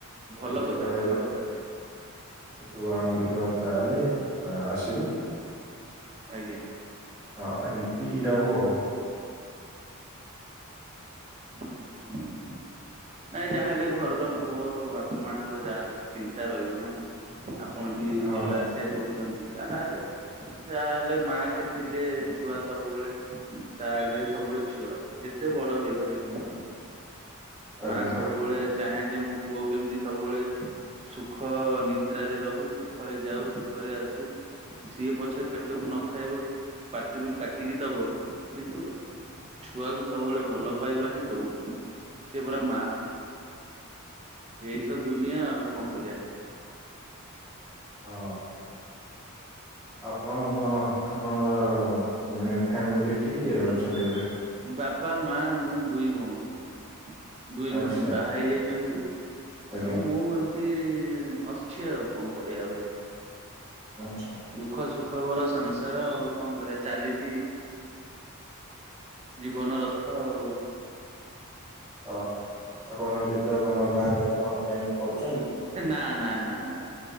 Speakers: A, on the right; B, in the centre.
A: ଭଲ
B: ସେ
A: କଥା
B: କହିବେ
A: ଭଲ କଥା ଭାଇ।
B: ତୁ ଆମରି ସହ ଚାହଲେ ଆସିବୁ।
A: ଆଜ୍ଞା।
B: ହଁ ଏମିତି ଯାଉ ଆଉ
A: ହୁଁ। ନାଇଁ ଯାହାହେଲେ ଘରର ପୁଅ ବାପା ମାଆଙ୍କର ଯାହା ହେଲେ ଚିନ୍ତା ରହିବ ନା ଆପଣ ବି
B: ହଁ।
A: ଯିବା ଆସିବା କରୁଛନ୍ତି ହେଲେ ଯାହେଲେ ମାଟେ ଥିଲେ ଛୁଆ ସବୁବେଳେ ତା ଆଗରେ ସବୁବେଳେ ଛୁଆ ଯେତେ ବଡ ହେଇଗଲା କି ନା?
B: ଆଜ୍ଞା
A: ମା ସବୁବେଳେ ଚାହେଁ ଯେ ମୋ ପୁଅ କେମିତି ସବୁବେଳେ ସୁଖ ନିଦ୍ରାରେ ରହୁ ସୁଖରେ ଯାଉ ସୁଖରେ ଆସୁ ସିଏ ପଛ ପେଟକୁ ନ ଖାଇବ ପାଟିରୁ କାଟିକି ଦବ କିନ୍ତୁ ଛୁଆକୁ ସବୁବେଳେ ଭଲ ପାଇବା ହିଁ ଦଉଛୁ ସେ ପରା ମା ଏଇ ତ ଦୁନିଆ ଆଉ କଣ କରିବାଆ।
B: ହଁ। ଆପଣଙ୍କ ଆପଣଙ୍କର ମାନେ ଫ୍ୟାମିଲି କିଏ କିଏ ଅଛନ୍ତି ଏବେ?
A: ବାପା ମା ମୁଁ ଦୁଇ ଭଉଣୀ ଦୁଇ
B: ଆଚ୍ଛା
A: ଭଉଣୀ ବାହା ହେଇ ଯାଇଛନ୍ତି।
B: ଆଜ୍ଞା
A: ଆଉ ମୁଁ ଏମିତି ଆସଛି ଆଉ କଣ କରିବା ଭାଈ।
B: ଆଚ୍ଛା।
A: ଦୁଃଖ ସୁଖବର ସଂସାର ଆଉ କଣ କରିବା ଚାଲିଛି। ଜୀବନ ରଥ ଆଉ।
B: ହଁ ଆପଣ କେତେ କଣ ବାହାଘର କଣ ପ୍ଲାନିଂ କରୁଛନ୍ତି।
A: ନା ନା ନା ନା